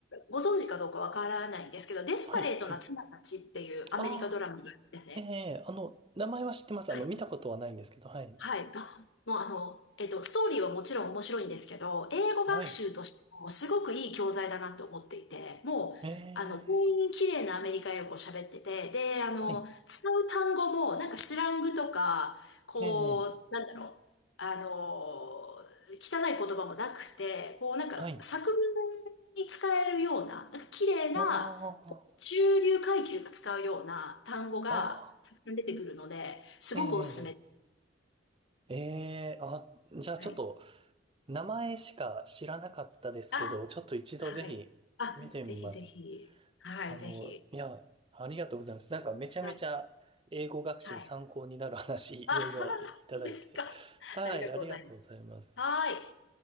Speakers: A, on the left; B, on the right.
A: ご存知かどうかわからないんですけど、デスパレートな妻たちっていうアメリカドラマがあるんですね。
B: はい、はい。ああ、ええあの、名前は知ってます。
A: はい
B: あの、見たことはないんですけど、はい。
A: はい。あ、もうあの、えっと、ストーリーはもちろん面白いんですけど、英語学習としてもすごくいい教材だなと思っていて、
B: はい、
A: もう、
B: ええ
A: あの、全員綺麗なアメリカ英語を喋ってて、で、あの、
B: はい、
A: 使う単語も、なんかスラングとか、こう、
B: ええ
A: なんだろう、あの、汚い言葉もなくて、こう、なんか作文
B: はい。
A: に使えるような、なんか綺麗な、
B: ああ、
A: 中流階級が使うような単語がたくさん出てくるので、
B: ああ、
A: すごくおすすめ。
B: ええええあ、じゃあちょっと、
A: はい。
B: 名前しか知らなかったですけど、
A: あはい。
B: ちょっと一度ぜひ見てみます。
A: あ、ぜひぜひ。はい、
B: あの、
A: ぜひ。
B: いや、ありがとうございます。なんかめちゃめちゃ英語学習に参考になる話、
A: はい。はい。あ、
B: いろいろいただいて。
A: <laughs> 本当ですか。
B: はい、
A: ありがとうござい
B: ありがとうございます。
A: ます。はい。